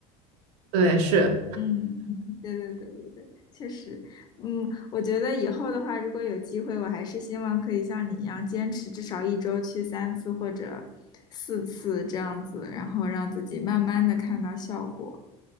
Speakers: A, on the right (about 70°); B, on the left (about 30°).
A: <laughs> 对，是。
B: 嗯，对对对对对，确实，嗯，我觉得以后的话，如果有机会，我还是希望可以像你一样坚持至少一周去三次或者四次这样子，然后让自己慢慢的看到效果。